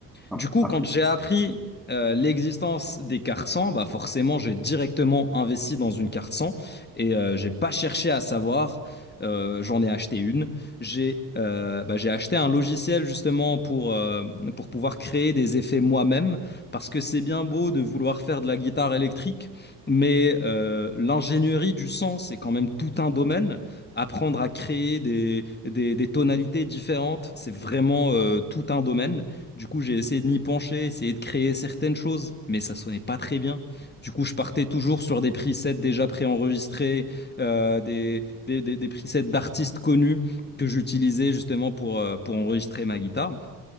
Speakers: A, in the centre; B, on the left.
A: ah,
B: Du coup,
A: après,
B: quand j'ai
A: c'est-
B: appris euh, l'existence des cartes 100, bah forcément, j'ai directement investi dans une carte 100 et euh, j'ai pas cherché à savoir. Euh, j'en ai acheté une. J'ai euh, bah, j'ai acheté un logiciel justement pour, euh, pour pouvoir créer des effets moi-même, parce que c'est bien beau de vouloir faire de la guitare électrique, mais euh, l'ingénierie du son, c'est quand même tout un domaine. Apprendre à créer des, des, des tonalités différentes, c'est vraiment euh, tout un domaine. Du coup, j'ai essayé de m'y pencher, essayé de créer certaines choses, mais ça sonnait pas très bien. Du coup, je partais toujours sur des presets déjà préenregistrés, euh, des, des, des, des presets d'artistes connus que j'utilisais justement pour, euh, pour enregistrer ma guitare.